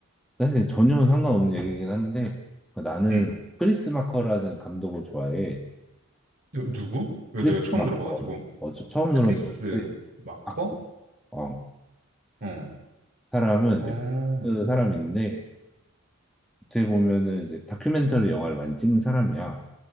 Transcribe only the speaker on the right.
음.
누, 누구? 이거
내가 처음
들어봐가지고.
크리스
마커?
어.
어.
음,